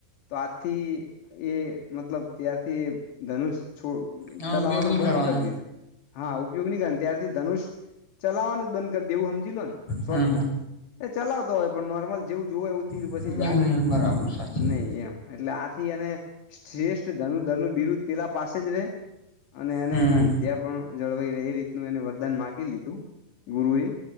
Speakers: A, on the left (about 75°); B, on the left (about 35°).
A: તો આથી એ મતલબ ત્યારથી ધનુષ છોડ
B: આનો
A: ચલાવવાનું
B: ઉપયોગ નહી
A: બંધ
B: કરવાનો
A: કરી દીધું હા ઉપયોગ નહી કરે ત્યારથી ધનુષ ચલાવવાનું જ બંધ કરી દેવું સમજી લો ને શોટમાં
B: હમ
A: એ ચલાવતો હોય પણ નોર્મલ જેવું જોવું એવું તીર
B: હમ
A: પછી જાય
B: એવું નહી બરાબર સાચી
A: નહી
B: વાત
A: એમ એટલે આથી એને શ્રેષ્ઠ ધનુરધર કરે નું બિરુદ પેલા પાસે જ રે અને એને
B: હમ
A: એની વિદ્યા પણ જળવાઈ ર એ રીતનું એને વરદાન માગી લીધું ગુરુ એ